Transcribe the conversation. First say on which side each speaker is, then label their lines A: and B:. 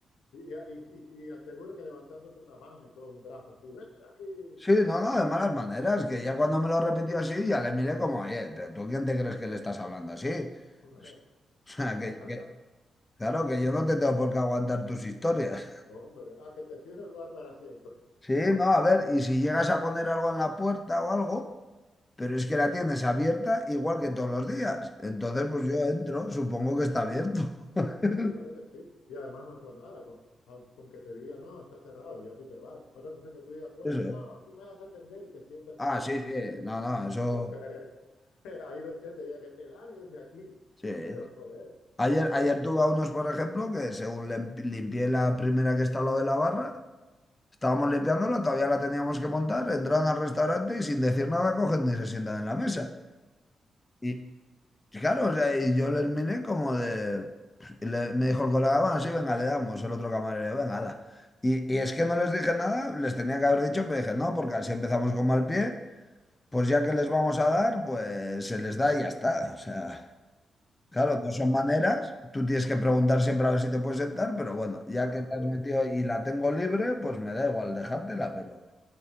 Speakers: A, on the left; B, on the left.
A: y, y- y- y aseguro que levantándote una mano y todo, un brazo así, vete de aquí,
B: sí, no, no, de malas maneras, que ya cuando me lo repitió así, ya le miré como, oye, pero ¿tú quién te crees que le estás hablando así? <laughs>
A: <laughs> hombre,
B: O sea,
A: va
B: que,
A: acá,
B: que- claro, que yo no te tengo por qué aguantar tus historias.
A: hombre, a que te cierre el bar para siempre. <laughs>
B: Sí, no, a ver, y si llegas a poner algo en la puerta o algo, pero es que la tienes abierta igual que todos los días. Entonces,
A: Claro,
B: pues yo entro, supongo que está abierto. <laughs>
A: claro que sí. Y además no es por nada, con, au- con que te diga, no, está cerrado, ya tú te vas. Otra cosa es que tú digas, pues
B: Eso
A: no,
B: es.
A: tú me vas a atender y te sientas
B: Ah,
A: en una
B: sí, sí,
A: silla.
B: no, no, eso,
A: Entonces, <laughs> ahí lo entendería que te largues de aquí,
B: sí.
A: <laughs> pero joder,
B: Ayer, ayer
A: sí,
B: tuve a unos, por ejemplo, que según lim- limpié la primera que está al lado de la barra, estábamos limpiándola, todavía la teníamos que montar, entraron al restaurante y sin decir nada cogen y se sientan en la mesa. Y claro, o sea, y yo les miré como de... y le- me dijo el colega, bueno, sí, venga, le damos, el otro camarero, venga, ala. Y, y es que no les dije nada, les tenía que haber dicho, pero dije, no, porque así empezamos con mal pie, pues ya que les vamos a dar, pues se les da y ya está. O sea, Claro,
A: claro,
B: no
A: pero
B: son maneras. Tú tienes que preguntar siempre a ver si te puedes sentar, pero bueno, ya
A: claro,
B: que te has metido y la tengo libre, pues me da igual dejártela, pero,